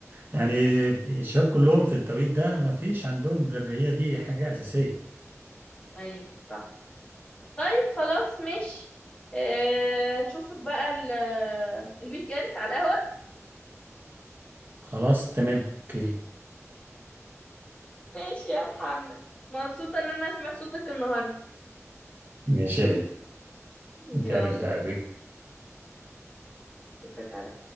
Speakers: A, on the right (about 40°); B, on the left (about 20°).
A: يعني الشباب كلهم في التوقيت ده ما فيش عندهم غير هي دي حاجة أساسية
B: ايوه صح طيب خلاص ماشي آه، اشوفك بقى ال- الويك اند على القهوه
A: خلاص تمام اوكي
B: ماشي يا محمد مبسوطه ان انا سمعت صوتك النهارده
A: ماشي يا بدر
B: يلا
A: نتقابل
B: اشوفك على